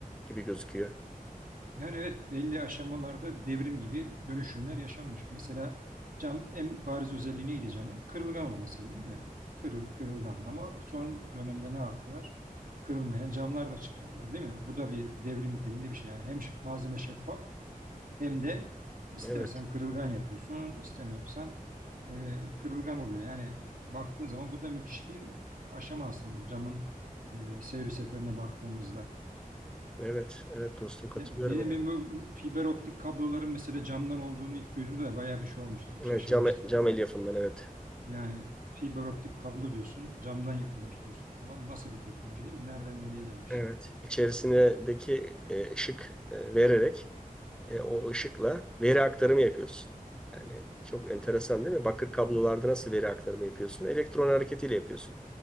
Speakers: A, in the centre; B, on the right.
A: gibi gözüküyor.
B: Yani evet belli aşamalarda devrim gibi dönüşümler yaşanmış. Mesela cam en bariz özelliği neydi camın? Kırılgan olmasıydı değil mi? Kırıl, kırılgan ama son dönemde ne yaptılar? Kırılmayan camlar da çıkardılar değil mi? Bu da bir devrim niteliğinde bir şey. Yani hem ş- malzeme şeffaf hem de istersen
A: Evet.
B: kırılgan yapıyorsun, istemiyorsan e, kırılgan oluyor. Yani baktığın zaman bu da müthiş bir aşama aslında camın e, seyri seferine baktığımızda.
A: Evet, evet dostum katılıyorum
B: Ya Benim
A: yani.
B: evime fiber optik kabloların mesela camdan olduğunu ilk duyduğumda da bayağı bir şey olmuştum. Şaşırmıştım
A: Evet, cam, cam
B: yani.
A: elyafından evet.
B: Yani fiber optik kablo diyorsun, camdan yapılmış diyorsun falan. Nasıl bir teknoloji değil mi? Nereden nereye gelmiş?
A: Evet, içerisindeki e, ışık e, vererek e, o ışıkla veri aktarımı yapıyorsun. Yani çok enteresan değil mi? Bakır kablolarda nasıl veri aktarımı yapıyorsun? Elektron hareketiyle yapıyorsun.